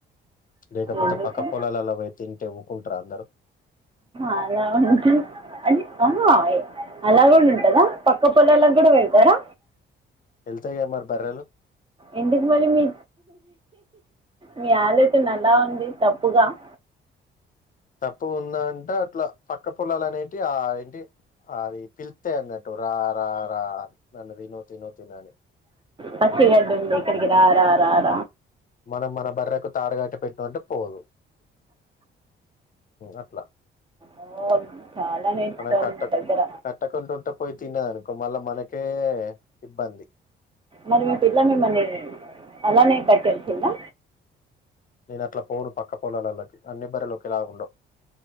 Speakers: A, on the left (about 45°); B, on the right (about 25°).
A: లేకపోతే
B: ఎందుకు
A: పక్క పొలాలలో పోయి తింటే ఊరుకుంటారా అందరు
B: అ అలా అంట <unintelligible> అలా కూడా ఉంటందా పక్క పొలల కి కూడా వెళ్తారా
A: వెళ్తయ్ గా మరి బర్రెలు
B: ఎందుకు మరి మీ మీ ఆలోచన ఆలా ఉంది తప్పుగా అవు
A: తప్పు ఉంద అంటే అట్లా పక్క పొలలు అనేటివి ఆ ఏంటి అది పిల్ యఅన్నట్టు రా రా రా నన్న తిను తిను తినో అని
B: పచ్చగడ్డి ఉంది
A: ఉమ్.
B: ఇక్కడికి రా రా ర
A: మనం మన బర్రెకు తాడు కట్టి పెట్టిన మంటే పోదు అట్లా
B: అమ్మో చాలా నేర్చుకోవాలి
A: మనం కట్టక
B: మీ దగ్గర
A: కట్టకుండా ఉంటే పోయి తిన్నదనుకో మళ్ళా మనకి కే ఇబ్బంది
B: మరి మీ పిల్ల మిమ్మల్ని అలానే కట్టేసిందా
A: నేను అట్ల పోను పక్క పోలాల లోకి అన్ని బర్రెలు ఓకేలా ఉండవు